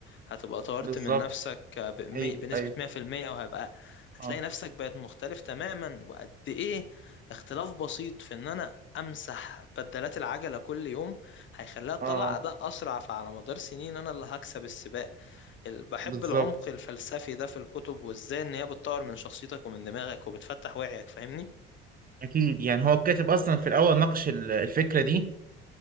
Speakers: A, on the left; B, on the right.
A: هتبقى طورت
B: بالظبط
A: من نفسك ب- مي-
B: ايوه
A: بنسبة
B: ايوه
A: مية في المية وهبقى هتلاقي
B: اه
A: نفسك بقت مختلف تماما وقد ايه اختلاف بسيط في ان انا امسح بدلات العجلة كل يوم هيخليها تطلع
B: اه
A: اداء اسرع فعلى مدار سنين انا اللي هكسب السباق ال- بحب
B: بالظبط
A: العمق الفلسفي ده في الكتب وازاي ان هي بتطور من شخصيتك ومن دماغك وبتفتح وعيك فاهمني
B: اكيد يعني هو الكاتب اصلا في الاول ناقش ال- الفكره دي